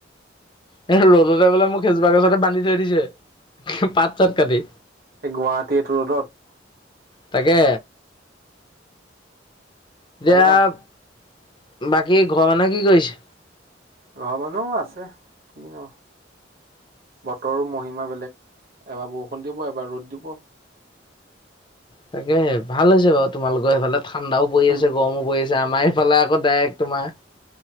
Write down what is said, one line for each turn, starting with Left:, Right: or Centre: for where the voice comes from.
Left: এ ৰ'দতে বোলে মোক বোলে সেইজোপা গছতে বান্ধি থৈ দিছে পাত চাত কাটি
Right: এই গুৱাহাটী এইটো ৰদত
Left: তাকে এতিয়া
Right: মাৰিবা
Left: বাকী ঘৰ মানুহে কি কৰিছে
Right: ঘৰৰ মানুহও আছে কি নো বতৰো মহিমা বেলেগ এবাৰ বৰষুণ দিব এবাৰ ৰ'দ দিব
Left: তাকে ভাল হৈছে বাৰু তোমালোকৰ সেইফালে ঠাণ্ডাও পৰি
Right: হম
Left: আছে গৰমো পৰি আছে আমাৰ এইফালে আকৌ ডাইৰেক্ট তোমাৰ